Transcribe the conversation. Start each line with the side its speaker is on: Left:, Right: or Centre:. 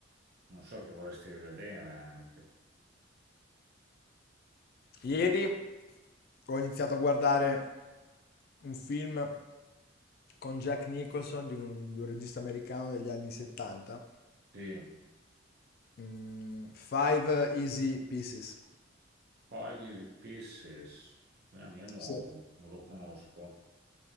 Right: non so, che vorresti rivedere anche?
Left: Ieri ho iniziato a guardare un film con Jack Nicholson di un, di un regista americano degli anni 70,
Right: Sì,
Left: mm, Five Easy Pieces.
Right: Five Easy Pieces, la mia è nuovo,
Left: Sì.
Right: non lo conosco.